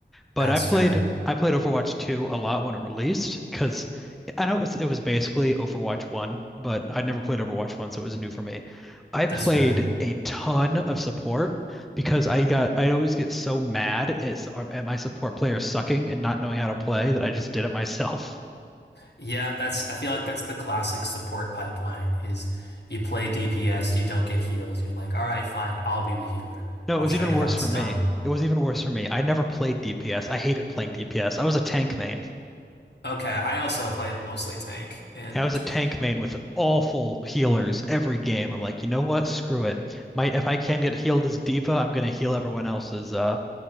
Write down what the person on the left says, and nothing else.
That's
fair.
That's fair.
Yeah, that's I feel like that's the classic support pipeline is you play DPS, you don't get heals, and you're like, all right, fine, I'll be the healer.
I'll
show
you
how it's
done.
Okay, I also play mostly tank and